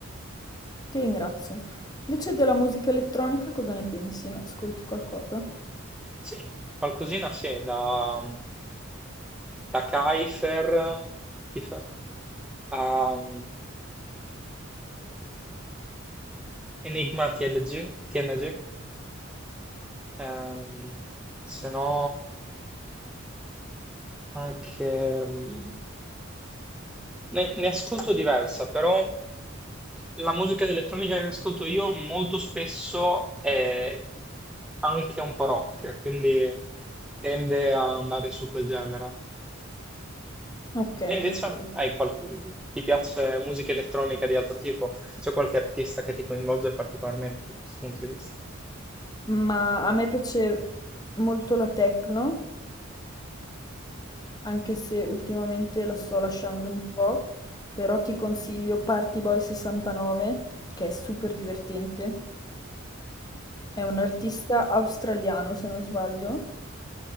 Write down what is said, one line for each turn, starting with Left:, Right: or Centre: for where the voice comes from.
Left: ti ringrazio. Invece della musica elettronica cosa ne pensi? Ascolti qualcosa?
Centre: Sì, qualcosina sì, da, da Kiefer, Kiefer a um, Enigma TLG, TNG, ehm, se no... anche... mm, Ne, ne ascolto diversa, però la musica elettronica che ascolto io molto spesso è anche un po' rock, quindi tende a andare su quel genere.
Left: Ok,
Centre: E invece
Left: ok.
Centre: hai qual- ti piace musica elettronica di altro tipo? C'è qualche artista che ti coinvolge particolarmente da questo punto di vista?
Left: Ma a me piace molto la techno, anche se ultimamente la sto lasciando un po', però ti consiglio Party Boy 69, che è super divertente. È un artista australiano, se non sbaglio,